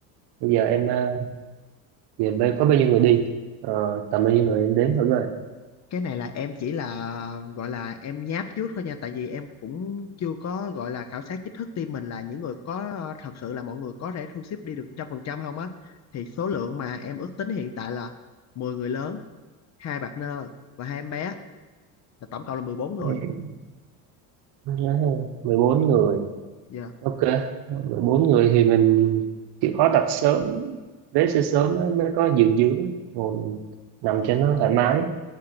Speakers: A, on the right; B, on the left.
A: bây giờ em ờ, về bên có bao nhiêu người đi Ờ, tầm bao nhiêu người em đếm thử rồi
B: cái này là em chỉ là gọi là em nháp trước thôi nha tại vì em cũng chưa có gọi là khảo sát chính thức team mình là những người có ờ, thật sự là mọi người có thể thu xếp đi được trăm phần trăm không á thì số lượng mà em ước tính hiện tại là 10 người lớn hai partner và hai em bé là tổng cộng là 14 người
A: Ừ, nhớ không? 14 người
B: dạ
A: ok 14 người thì mình chịu khó đặt sớm vé sẽ sớm á, mới có giường dưỡng ngồi mình nằm cho nó thoải mái